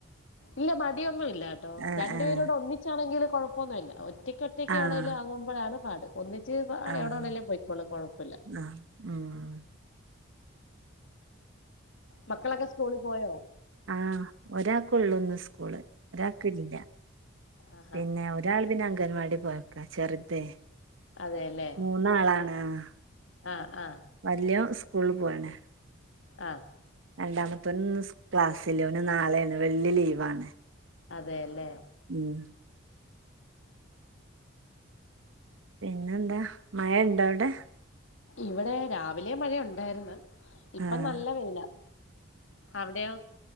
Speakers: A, on the left; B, on the right.
A: ഇല്ല മടൊന്നുമല്ല കേട്ടോ
B: ആഹ്
A: രണ്ടു
B: ആഹ്
A: പേരൂടെ ഒന്നിച്ചാണെങ്കില് കൊഴപ്പൊന്നുമില്ല ഒറ്റയ്ക്ക് ഒറ്റ ഒക്ക
B: ആഹ്
A: എവിയേലും വാങ്ങുമ്പോഴാണ് പാട് ഒന്നിച് എവിടെണെങ്കലും
B: ആഹ്
A: പോയിക്കോളും കുഴപ്പമില്ല
B: ആഹ് ഉം
A: മക്കളൊക്കെ സ്കൂളിൽ പോയോ
B: ആഹ്‌ ഒരാൾക്കള്ളൂന്ന് സ്കൂള് ഒരാക്ക ഇല്ല
A: ആഹ്ഹ്
B: പിന്നെ ഒരാൾ പിന്നെ അംഗൻവാടി പോയക്ക ചെറുതെ
A: അതെല്ലേ
B: മൂന്നാളാണ് ആഹ്‌
A: ആ ആ
B: വലിയൊന് സ്കൂളിൽ പോയണേ
A: ആഹ്‌
B: രണ്ടാമത്തെ ഓൻ ഇൻ ക്ലാസ്സില് ഇല്ല നാളെയാണ് വെള്ളി ലീവാണ്
A: അതെല്ലേ
B: ഉം പിന്നെന്താ മഴ ഇണ്ടോ അവിടെ
A: ഇവിടെ രാവിലെ മഴയ ഉണ്ടായിന്ന് ഇപ്പൊ
B: ആഹ്
A: നല്ല വെയില അവിടെയോ